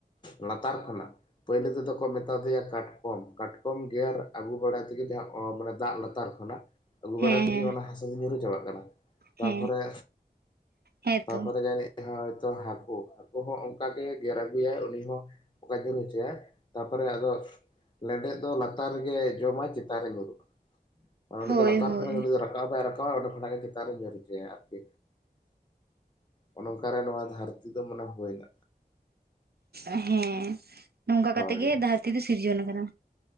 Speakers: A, on the left; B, on the right.
A: ᱞᱟᱛᱟᱨ ᱠᱷᱚᱱᱟᱜ ᱯᱟᱹᱭᱞᱳ ᱛᱮᱫᱚ ᱠᱚ ᱢᱮᱛᱟ ᱫᱮᱭᱟ ᱠᱟᱴᱠᱚᱢ ᱠᱟᱴ ᱠᱚᱢ ᱜᱮᱨ ᱟᱹᱜᱩ ᱵᱟᱲᱟᱭ ᱛᱮᱜᱮ ᱡᱟᱦᱟᱸ ᱚ ᱢᱟᱱᱮ ᱫᱟᱜ ᱞᱟᱛᱟᱨ ᱠᱷᱚᱱᱟᱜ ᱟᱹᱜᱩ
B: ᱦᱮᱸ
A: ᱵᱟᱲᱟᱭ ᱛᱮᱜᱮ
B: ᱦᱮᱸ
A: ᱚᱱᱟ ᱦᱟᱥᱟ ᱫᱚ ᱧᱩᱨᱩ ᱪᱟᱵᱟᱜ ᱠᱟᱱᱟ ᱛᱟᱯᱚᱨᱮ
B: ᱦᱮᱸ ᱦᱮᱸᱛᱚ
A: ᱛᱟᱯᱚᱨᱮ ᱡᱟᱱᱤᱡ ᱦᱚᱭᱛᱚ ᱦᱟᱹᱠᱩ, ᱦᱟᱹᱠᱩ ᱦᱚᱸ ᱚᱝᱠᱟᱜ ᱜᱮᱨ ᱟᱹᱜᱩᱭᱟᱭ ᱩᱱᱤ ᱦᱚᱸ ᱚᱠᱟ ᱡᱟᱹᱨ ᱦᱚᱪᱚᱭᱟ ᱛᱟᱨᱯᱚᱨᱮ ᱟᱫᱚ ᱞᱮᱸᱰᱮᱫ ᱫᱚ ᱞᱟᱛᱟᱨ ᱨᱮᱜᱮ ᱡᱚᱢᱟᱭ ᱪᱮᱛᱟᱱ ᱨᱮ ᱧᱩᱨᱦᱩᱜᱼᱟ ᱢᱟᱱᱮ ᱚᱰᱮ
B: ᱦᱳᱭ
A: ᱫᱚ ᱞᱟᱛᱟᱨ
B: ᱦᱳᱭ
A: ᱠᱷᱚᱱᱟᱜ ᱫᱚ ᱨᱟᱠᱟ ᱛᱟᱣ ᱵᱟᱭ ᱨᱠᱟᱵᱟ ᱚᱸᱰᱮ ᱠᱷᱚᱱᱟᱜ ᱪᱮᱛᱟᱱᱨᱮ ᱡᱫᱤᱠ ᱟᱨᱠᱤ᱾ ᱚᱱᱮ ᱚᱝᱠᱟ ᱨᱮ ᱱᱚᱣᱟ ᱫᱷᱟᱹᱨᱛᱤ ᱫᱚ ᱢᱚᱱᱮ ᱦᱩᱭᱱᱟ᱾
B: ᱮ ᱦᱮᱸ ᱱᱚᱝᱠᱟ
A: ᱦᱳᱭ
B: ᱠᱟᱛᱮᱜ ᱜᱮ ᱫᱟᱹᱨᱛᱤ ᱫᱚ ᱥᱤᱨᱡᱚᱱ ᱟᱠᱟᱱᱟ᱾